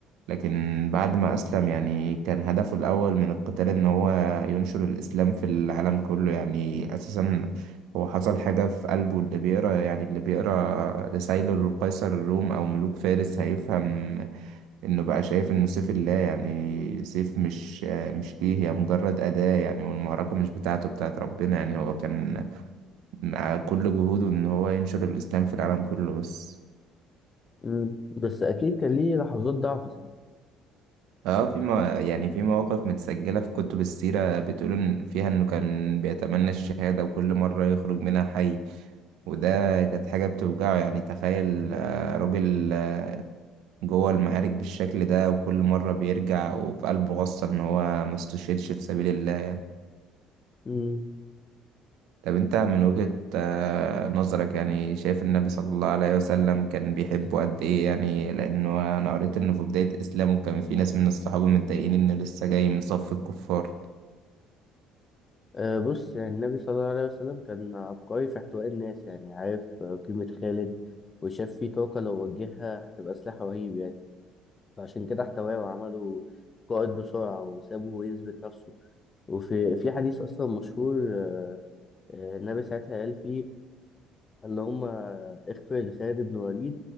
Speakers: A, on the right; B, on the left.
A: لكن بعد ما أسلم يعني كان هدفه الأول من القتال إن هو ينشر الإسلام في العالم كله يعني أساسا هو حصل حاجة في قلبه اللي بيقرا يعني اللي بيقرا رسايله للقيصر الروم أو ملوك فارس هيفهم إنه بقى شايف إنه سيف الله يعني سيف مش مش ليه هي مجرد أداة يعني والمعركة مش بتاعته بتاعت ربنا يعني هو كان مع كل جهوده إن هو ينشر الإسلام في العالم كله بس
B: مم. بس أكيد كان ليه لحظات ضعف
A: اه في ما يعني في مواقف متسجلة في كتب السيرة بتقول إن- فيها انه كان بيتمنى الشهادة وكل مرة يخرج منها حي وده كانت حاجة بتوجعه يعني تخيل آه، راجل آه، جوه المعارك بالشكل ده وكل مرة بيرجع وفي قلبه غصة ان هو ما استشهدش في سبيل الله
B: امم
A: طب انت من وجهة آه، نظرك يعني شايف النبي صلى الله عليه وسلم كان بيحبه
B: أساسا
A: قد ايه يعني لانه انا قريت انه في بداية اسلامه كان في ناس من الصحابة متضايقين انه لسه جاي من صف الكفار
B: أه بص يعني النبي صلى الله عليه وسلم كان عبقري في احتواء الناس يعني عارف آه، قيمة خالد وشاف فيه طاقة لو وجهها هتبقى سلاح رهيب يعني فعشان كده احتواه وعمله قائد بسرعة وسابه يثبت نفسه وفي في حديث أصلا مشهور آه، آه، النبي ساعتها قال فيه اللهم اغفر لخالد بن وليد